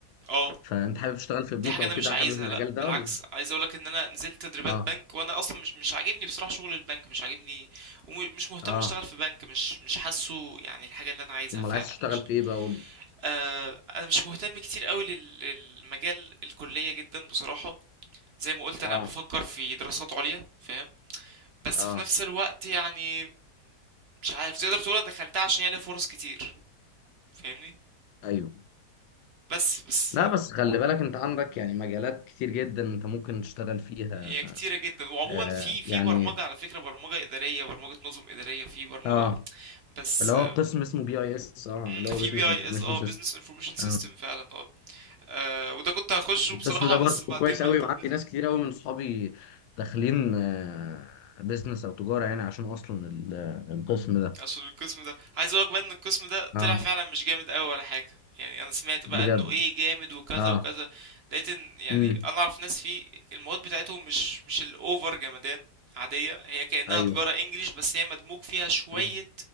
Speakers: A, on the right (about 60°); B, on the left (about 75°).
A: اه
B: فانت حابب تشتغل في بنوك
A: دي حاجة
B: او
A: انا
B: كده
A: مش عايزها
B: حابب المجال
A: لا
B: ده
A: بالعكس
B: ولا
A: عايز اقولك ان انا نزلت تدريبات
B: اه
A: بنك وانا اصلا مش مش عاجبني بصراحة شغل البنك مش عاجبني ومش مهتم
B: اه
A: اشتغل في بنك مش مش حاسه يعني الحاجة اللي انا عايزها
B: امال
A: فعلا
B: عايز تشتغل
A: مش
B: في ايه بقى قول لي
A: آه انا مش مهتم كتير قوي لل- للمجال الكلية جدا بصراحة زي ما قلت انا
B: اه
A: بفكر في دراسات عليا فاهم بس
B: اه
A: في نفس الوقت يعني مش عارف تقدر تقول انا دخلتها عشان هي ليها فرص كتير فاهمني
B: ايوه
A: بس بس
B: لا بس خلي بالك انت عندك يعني مجالات كتير جدا انت ممكن تشتغل فيها
A: هي كتيرة جدا وعموما
B: آه
A: في في
B: يعني
A: برمجة على فكرة برمجة إدارية برمجة نظم إدارية في برمجة
B: اه
A: بس
B: اللي هو
A: آه،
B: قسم اسمه بي اي اس اه
A: مم،
B: اللي هو
A: في
B: بزنس
A: بي
B: انفورميشن
A: اي اس اه
B: سيستم
A: بزنس انفورميشن سيستم
B: اه
A: فعلا اه آه، وده كنت هخشه
B: القسم
A: بصراحة
B: ده برضه
A: بس بعدين
B: كويس
A: ما
B: قوي
A: اهتمتش
B: وعندي ناس كتير قوي من صحابي داخلين آه بزنس او تجارة يعني عشان اصلا ال- آه، القسم ده
A: عشان القسم ده عايز اقولك بقى ان القسم ده
B: اه
A: طلع فعلا مش جامد قوي ولا حاجه يعني انا سمعت بقى
B: بجد
A: انه ايه جامد وكذا
B: اه
A: وكذا لقيت ان يعني
B: امم
A: انا اعرف ناس فيه المواد بتاعتهم مش مش الاوفر جمدان عاديه هي كانها
B: ايوه
A: تجاره انجليش بس هي مدموج فيها شويه
B: امم